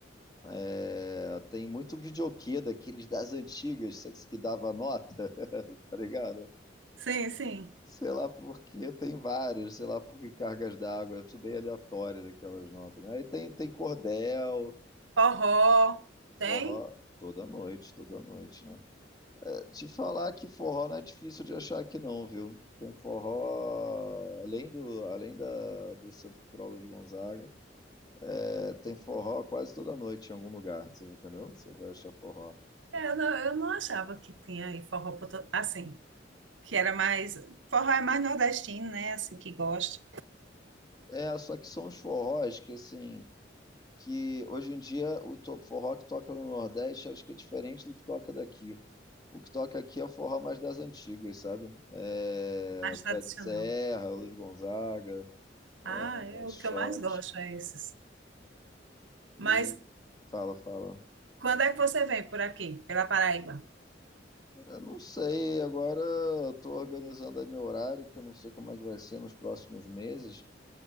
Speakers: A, on the left; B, on the right.
A: É, tem muito videokê daqueles das antigas, só que que dava nota, <laughs> tá ligado?
B: Sim, sim.
A: Sei lá porque tem vários sei lá porque cargas d'água, isso bem aleatório daquelas notas, né? Aí tem, tem cordel,
B: Forró,
A: forró,
B: tem?
A: toda noite, toda noite, né? É, Te falar que forró não é difícil de achar aqui não, viu? Tem forró, além do, além da, do Centro Cultural de Gonzaga, é, tem forró quase toda noite em algum lugar, você entendeu? Você vai achar forró.
B: Eu não, eu não achava que tinha aí forró por to- assim. que era mais. Forró é mais nordestino, né? Assim que gosta,
A: É, só que são os forrós que, assim, que hoje em dia o to- forró que toca no Nordeste acho que é diferente do que toca daqui, O que toca aqui é o forró mais das antigas, sabe? É...
B: mais tradicional.
A: Pé de Serra, Luiz Gonzaga,
B: Ah,
A: é,
B: é o
A: Shot.
B: que eu mais gosto, é esses. Mas
A: E fala, fala.
B: quando é que você vem por aqui, pela Paraíba?
A: Eu não sei, agora estou organizando aí meu horário, que eu não sei como é que vai ser nos próximos meses.